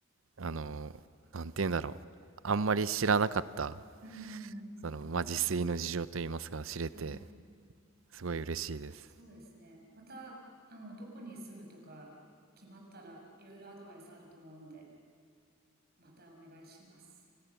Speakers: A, on the right; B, on the right.
A: あのなんて言うんだろうあんまり知らなかった
B: うんうんうん。
A: その、まあ、自炊の事情といいますか知れて
B: はい。
A: すごい嬉しいです
B: そうですね。また、あの、どこに住むとか決まったらいろいろアドバイスあると思うので、またお願いします。